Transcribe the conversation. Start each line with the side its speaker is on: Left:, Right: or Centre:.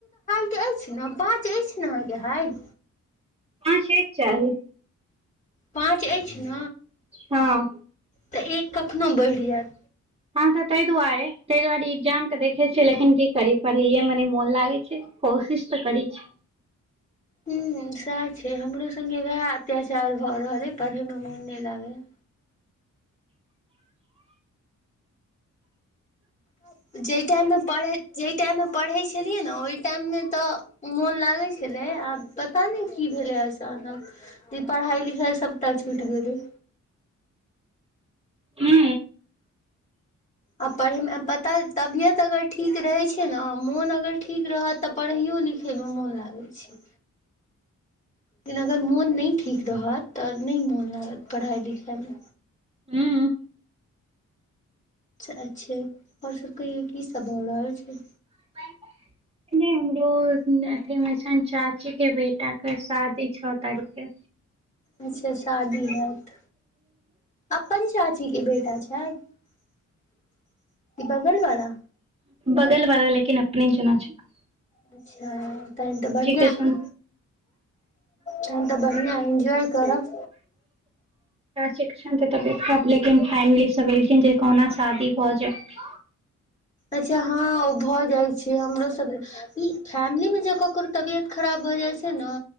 Left: पाँच अछि नें पाँच अछि ने अहाँके हाइट
Right: हाँ छै चाही
Left: पाँच अछि ने
Right: हँ
Left: तऽ एक कखनो बढ़ि जायत
Right: हँ हाँ तऽ ताहि दुआरे ताहि दुआरे एग्जाम के देखे छियै लेकिन की करी पढ़ेये मे न मोन लागे छै कोशिश तऽ कर छै
Left: हूँ हूँ सएह छै हमरो संगे वएह अत्याचार भा रहल हे पढ़े में मोन नहि लागे या ा जाहि टाइममे पढ़ै जाहि टाइममे पढ़ै छलियै ने ओहि टाइममे तऽ मोन लागै छलै आब पता नहि की भेलै अचानक ई पढ़ाई लिखाई सभटा छूट गेलै
Right: हू
Left: आ पढ़ैमे पता तबियत अगर ठीक रहै छै ने मोन अगर ठीक रहत तऽ पढ़ैयो लिखैमे मोन लागै छै लेकिन अगर मोन नहि ठीक रहत तऽ नहि मोन लागत पढ़ाइ लिखाइमे
Right: हूँ हूँ
Left: अच्छे आओर सब कहिओ की सब भऽ रहल छै
Right: <unintelligible> हमरो अथी मे छइन चाची के बेटााक के शादी छो तारीख के
Left: अच्छा शादी हयात अपन चाची के बेटा छथि ई बगल वाला
Right: बगल बला लेकिन अपने जना छैथ
Left: अच्छा तहन तऽ बढ़िआ
Right: के छनि
Left: ह तहन तऽ बढ़िआ एन्जॉय करब
Right: शिक्ष तबियत लेकिन फैमिली सब एलखिन जे कहुना <inaudible> <unintelligible> शादी भा जाइत
Left: अच्छा हँ ओ भऽ जाइ छै हमरो सब ई फैमिली मे जे ककरो तबियत खराब भऽ जाइ छै ने